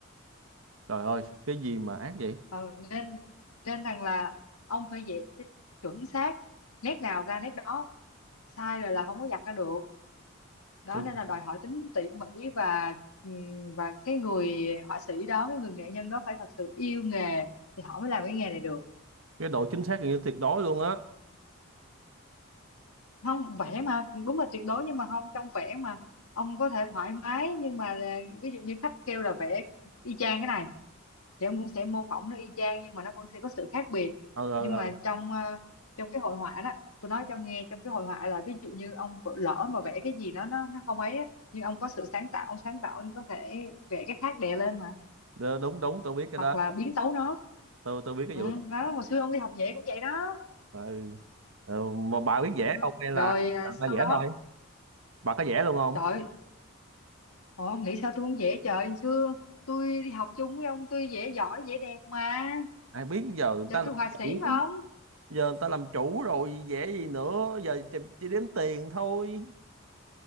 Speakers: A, on the right (about 70°); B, on the left (about 85°).
A: trời ơi cái gì mà ác vậy
B: ừ, nên nên rằng là ông phải dễ chuẩn xác nét nào ra nét đó sai rồi là không có giặt ra được đó
A: cái
B: nên là đòi hỏi tính tỉ mỉ và ừm, và cái người họa sĩ đó cái người nghệ nhân đó phải thật sự yêu nghề thì họ mới làm cái nghề này được
A: cái độ chính xác gần như tuyệt đối luôn á
B: không vẽ mà đúng là tuyệt đối nhưng mà không trong vẽ mà ông có thể thoải mái nhưng mà là, ví dụ như khách kêu là vẽ y chang cái này thì ông cũng sẽ mô phỏng nó y chang nhưng mà nó cũng sẽ có sự khác biệt
A: ờ ờ
B: nhưng mà
A: ờ,
B: trong ờ, trong cái hội họa đó tôi nói cho ông nghe trong cái hội họa là ví dụ như ông vỡ- lỡ mà vẽ cái gì đó nó nó không ấy á, nhưng ông có sự sáng tạo ông sáng tạo ông có thể vẽ cái khác đè lên mà
A: Đ- đúng đúng tôi biết cái
B: hoặc
A: đó
B: là biến tấu nó
A: tôi tôi biết cái
B: ừ,
A: vụ đó
B: đó hồi xưa ông đi học vẽ cũng vậy đó
A: ừ. Ừ. mà bà biết
B: ừ.
A: vẽ không hay là
B: rồi à, sau
A: bà vẽ
B: đó
A: thôi bà có vẽ luôn không
B: Trời, Ôi, ông nghĩ sao tôi không vẽ trời Hồi xưa tôi đi học chung với ông tôi vẽ giỏi vẽ đẹp mà
A: ai biết giờ người
B: trời
A: ta làm
B: tôi họa
A: chủ
B: sĩ mà ông
A: giờ người ta làm chủ rồi vẽ gì nữa giờ chỉ, chỉ đếm tiền thôi